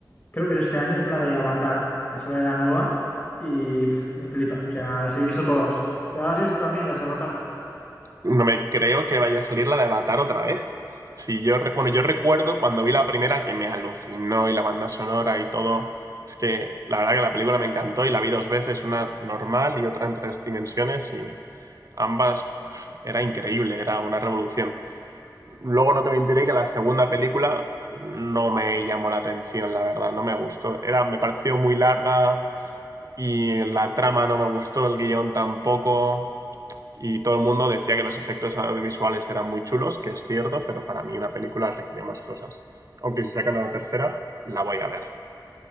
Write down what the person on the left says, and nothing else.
creo que es este año, es la de Avatar, que sale la nueva. Y pf, me flipa. O sea, las he visto todas. ¿Te las has visto también, las de Avatar?